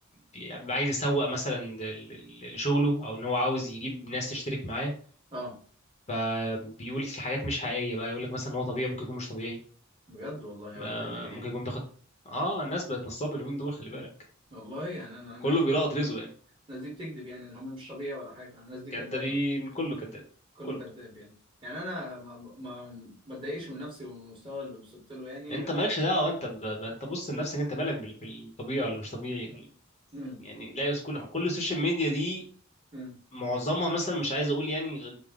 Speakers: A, on the left; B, on the right.
A: بي... بيبقى عايز يسوق مثلا لل- لل- لشغله او ان هو عاوز يجيب ناس تشترك معاه
B: اه
A: فبيقول حاجات مش حقيقية بقى يقول لك مثلا ان هو طبيعي ممكن يكون مش طبيعي
B: بجد والله يا
A: ما-
B: ولاد الايه
A: ممكن يكون بياخد اه الناس بقت نصابة اليومين دول خلي بالك
B: والله يعني انا الناس
A: كله
B: دي
A: بيلقط
B: كل
A: رزقه يعني
B: الناس دي بتكذب يعني ان هم مش طبيعي ولا حاجه الناس دي
A: كدابين
B: كدابه
A: كله كداب
B: كله
A: كله
B: كذاب يعني يعني انا ما ما ما اتضايقش من نفسي ومن المستوى اللي وصلت له يعني
A: انت مالكش دعوة انت ب... ب- انت بص لنفسك انت مالك بال... بالطبيعي ولا مش طبيعي ولا إيه؟
B: امم
A: يعني لا كل كل السوشيال ميديا دي
B: امم
A: معظمها مثلا مش عايز اقول يعني غ-